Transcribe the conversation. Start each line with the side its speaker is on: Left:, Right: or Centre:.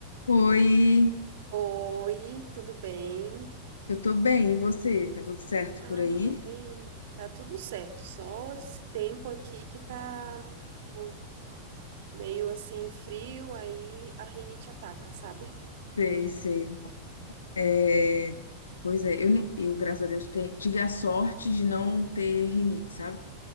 Left: Oi,
Right: Oi, tudo bem?
Left: eu tô bem, e você? Tá tudo certo
Right: Ai,
Left: por aí?
Right: tô bem. Tá tudo certo. Só esse tempo aqui que tá o- meio assim frio, aí a rinite ataca, sabe?
Left: Sei, sei. É, pois é, eu, não, eu, graças a Deus, te- tive a sorte de não ter rinite, sabe?